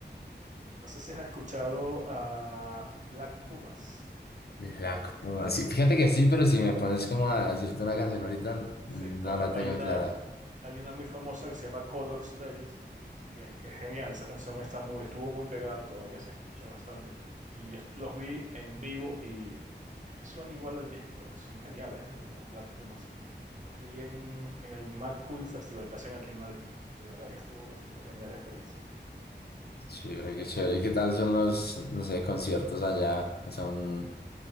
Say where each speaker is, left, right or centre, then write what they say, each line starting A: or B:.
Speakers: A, on the right; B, on the left.
A: No sé si has escuchado a Black Pumas.
B: Black Puma. Sí, fíjate que sí, pero si me pones como a decirte una canción
A: Sí,
B: ahorita, no
A: sí. Bueno,
B: la
A: hay
B: tengo
A: una,
B: clara.
A: Hay una muy famosa que se llama Colors de ellos, que, que es genial. Esa canción está muy, estuvo muy pegada y todavía se escucha bastante. Y yo los vi en vivo y es que suena igual al disco. Son geniales, ¿eh? Los Black Pumas. Los vi en, en el Mad Cool Festival que hacen aquí en Madrid. Y de verdad que estuvo, estuvo genial la experiencia.
B: Chévere, qué chévere. ¿Y qué tal son los, no sé, conciertos allá? ¿Son